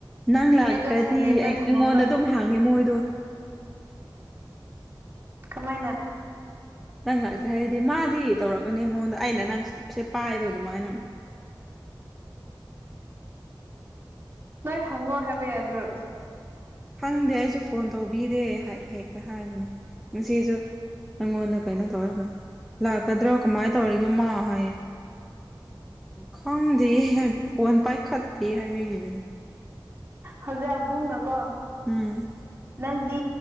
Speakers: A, in the centre; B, on the right.
A: ꯅꯪ ꯂꯥꯛꯇꯔ꯭ꯗꯤ
B: ꯑꯩꯗꯣ ꯁꯥꯏꯂꯦꯟꯗ
A: ꯑꯩ
B: ꯊꯝꯃꯝꯕ
A: ꯑꯩꯉꯣꯟꯗ ꯑꯗꯨꯝ ꯍꯪꯉꯦ ꯃꯣꯏꯗꯣ
B: ꯀꯃꯥꯏꯅ
A: ꯅꯪ ꯂꯥꯛꯇꯔꯦ ꯍꯥꯏꯔꯗꯤ ꯃꯥꯗꯤ ꯇꯧꯔꯛꯀꯅꯤ ꯑꯩꯉꯣꯟꯗ ꯑꯩꯅ ꯅꯪꯁꯦ ꯄꯥꯏꯕ ꯗꯨꯃꯥꯏꯅ
B: ꯅꯣꯏ ꯍꯪꯉꯣ ꯍꯥꯏꯕ ꯌꯥꯗ꯭ꯔꯣ
A: ꯈꯪꯗꯦ ꯑꯩꯖꯨ ꯐꯣꯟ ꯇꯧꯕꯤꯗꯦ ꯍꯥꯏ ꯍꯦꯛꯇ ꯍꯥꯏꯕꯅꯦ ꯉꯁꯤꯖꯨ ꯑꯩꯉꯣꯟꯗ ꯀꯩꯅꯣ ꯇꯧꯔꯒ ꯂꯥꯛꯀꯗ꯭ꯔꯣ ꯀꯃꯥꯏ ꯇꯧꯔꯤꯒꯦ ꯃꯥ ꯍꯥꯏꯌꯦ ꯈꯪꯗꯤꯌꯦ ꯐꯣꯟ ꯄꯥꯏꯈꯠꯇꯦ ꯍꯥꯏꯕꯤꯒꯤꯕꯅꯦ
B: ꯍꯧꯖꯤꯛ ꯑꯕꯨꯡꯅꯀꯣ
A: ꯎꯝ
B: ꯅꯪꯗꯤ